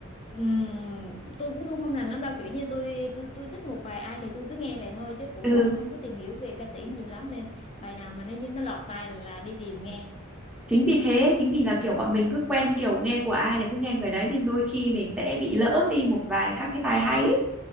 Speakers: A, on the left; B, in the centre.
A: Ừm, tôi cũng không không rành lắm đâu kiểu như tôi tôi tôi thích một vài ai thì tôi cứ nghe vậy thôi chứ cũng
B: ừ
A: không không có tìm hiểu về ca sĩ nhiều lắm nên bài nào mà nó nó lọt tai là, là đi tìm nghe
B: chính vì thế chính vì là kiểu bọn mình cứ quen kiểu nghe của ai thì cứ nghe người đấy nên đôi khi mình sẽ bị lỡ đi một vài các cái tài hay ấy,